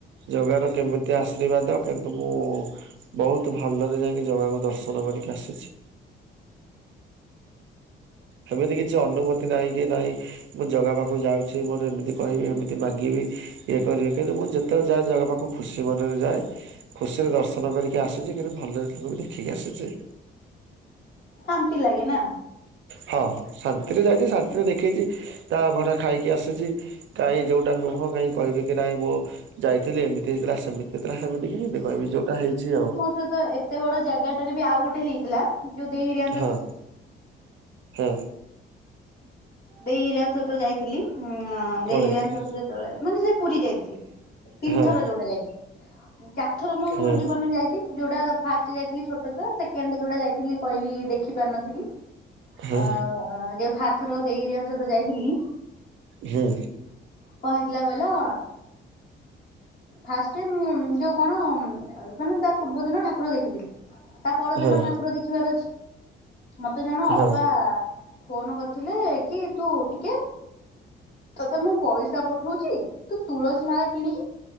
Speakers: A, on the right; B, on the left.
A: ଜଗା ର କେମିତି ଆଶୀର୍ବାଦ କିନ୍ତୁ ମୁଁ ବହୁତ ଭଲରେ ଯାଇକି ଜଗାକୁ ଦର୍ଶନ କରିକି ଆସିଛି। ସେମିତି କିଛି ଅନୁଭୁତି ନାହିଁ କି ନାଇଁ। ମୁଁ ଜଗା ପାଖୁକୁ ଯାଉଛି ମୋରୋ ଏମିତି କହିବି ଏମିତି ମାଗିବି। ଇଏ କରିବି କିନ୍ତୁ ମୁଁ ଯେତେବେଳେ ଯାଏ ଜଗା ପାଖକୁ ଖୁସି ମନରେ ଯାଏ। ଖୁସିରେ ଦର୍ଶନ କରିକି ଆସୁଛି, କିନ୍ତୁ ଭଲରେ ତାଙ୍କୁ ବି ଦେଖିକି ଆସୁଛି।
B: ଶାନ୍ତି ଲାଗେ ନା।
A: ହଁ ଶାନ୍ତିରେ ଯାଇକି ଶାନ୍ତିରେ ଦେଖେଇଚି ତା ଅଭଡ଼ା ଖାଇକି ଆସିଚି। କାଇଁ ଯୋଉଟା ନୁହଁ କାହିଁ କହିବି। କି ନାଇଁ ମୁଁ ଯାଇଥିଲି ଏମିତି ହେଇଥିଲା ସେମିତିଥିଲା ସେମିତି କେମିତି କହିବି ଯୋଉଟା ହେଇଛି ଆଉ।
B: ସେତ ଏତେ ବଡ ଜାଗାଟାରେ ବି ଆଉ ଗୋଟେ ହେଇଥିଲା। ଯୋଉ ଦେଇ ହରିଆ
A: ହଁ ହଁ।
B: ଦେଇ ହେରିଆଙ୍କ ସହିତ ଯାଇଥିଲି ଉଁଆଁ
A: କଣ
B: ଦେଇ ହେରିଆଙ୍କ
A: ହେଇଥିଲା
B: ସହିତ ଯେତେବୋଳେ ମାନେ ସେ ପୁରୀ ଯାଇଥିଲି। ତିନ
A: ହଁ
B: ଥର ଯୋଉଟା ଯାଇଥିଲି। ଚାରଥର ମୋ
A: ହଁ
B: ଜୀବନରେ ଯାଇଚି ଯୋଉଡ଼ା ଫାର୍ଷ୍ଟ ଯାଇଥିଲି ଛୋଟୋ ଛୁଆ ସେକେଣ୍ଡ ଯୋଉଟା ଯାଇଥିଲି ପଇଲି ଦେଖିପାରି ନଥିଲି
A: ହଁ
B: ଆଉ ଯୋଉଥା ଥରକ ଦେଇ ହେରିଆଙ୍କ ସହିତ ଯାଇଥିଲି।
A: ହୁଁ
B: କଁ ହେଇଥିଲା କହିଲ। ଫାଷ୍ଟେ ମୁଁ ଯୋଉ କଣ ମାନେ ତା ପୂର୍ବ ଦିନ ଠାକୁର ଦେଖିଥିଲି। ତାପରଦିନ
A: ହଁ
B: ଠାକୁର ଦେଖିବାର ଅଛି। ମତେ ଜଣ ଅପା
A: ହଁ
B: ଫୋନୋ କରିଥିଲେ। କି ତୁ ଟିକେ ତତେ ମୁଁ ପଇସା ପଠୋଉଚି ତୁ ତୁଳସୀ ମାଳା କିଣିକି